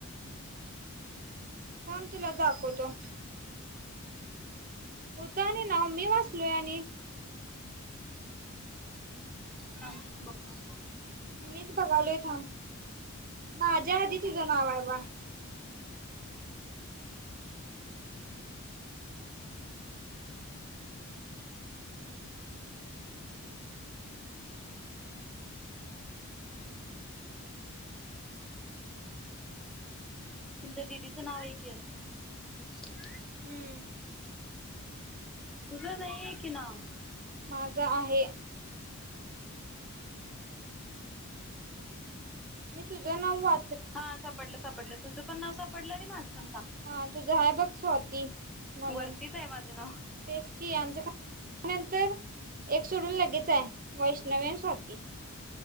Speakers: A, on the right; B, in the centre.
A: थांब तुला दाखवतो. होत आणि नाव मी वाचलोय आणि
B: थांब बघतो.
A: मीच बघालोय थांब माझ्या आधी तुचं नाव आहे बाळ
B: तुमच्या दिदीचं नाव आहे की यात -
A: हम्म
B: तुझं नाहीये की नाव
A: माझ आहे मी तुझं नाव वा
B: हा सापडलं सापडलं तुझं पण नाव सापडलं आणि माझं पण सा
A: हा तुझ हाय बघ स्वाती म्हणून
B: वरतीच आहे माझं ना
A: तेच कि आमचं नंतर एक सोडून लगेच आहे वैष्ण नवीन स्वाती